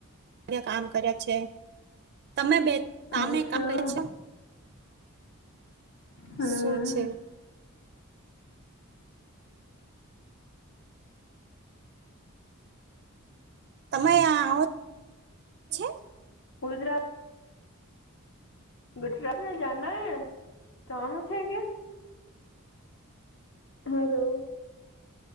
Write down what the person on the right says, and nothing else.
કામ કર્યા છે, તમે બે તામે
કામ કર્યા છો
શું છે. તમે આ છે.